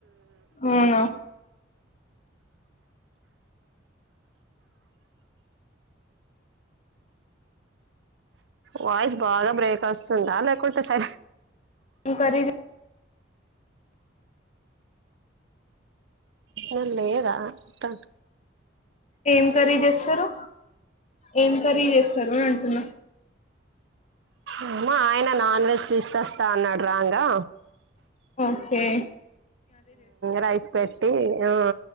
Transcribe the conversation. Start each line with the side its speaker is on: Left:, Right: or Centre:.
Left: అవునా
Right: వాయిస్ బాగా బ్రేక్ వస్తుందా లేకుంటే సరే
Left: కద
Right: అ ఏద తను
Left: ఏం కరి చేస్తారు ఏం కరీ చేస్తారు అని అంటున్నా
Right: అమా ఆయన నాన్ వెజ్ తీస్తకొస్తా అన్నాడు రాంగా
Left: ఒకే
Right: రైస్ పెట్టి ఆ